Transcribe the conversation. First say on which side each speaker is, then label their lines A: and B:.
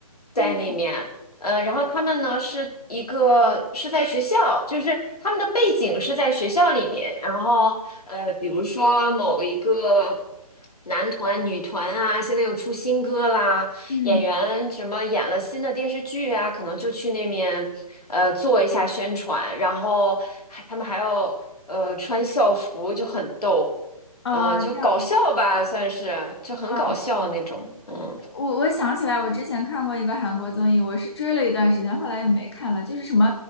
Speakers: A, on the left; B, on the left.
A: 在那面，
B: 嗯
A: 呃，然后他们呢是一个是在学校，就是他们的背景是在学校里面，然后呃，比如说某一个男团、女团啊，现在又出新歌啦，
B: 嗯，
A: 演员什么演了新的电视剧啊，可能就去那面呃做一下宣传，然后还他们还要呃穿校服，就很逗，
B: 哦，
A: 嗯、就搞笑吧，
B: 这样。
A: 算是就很搞笑那种，
B: 哦
A: 嗯
B: 我我想起来，我之前看过一个韩国综艺，我是追了一段时间，后来又没看了，就是什么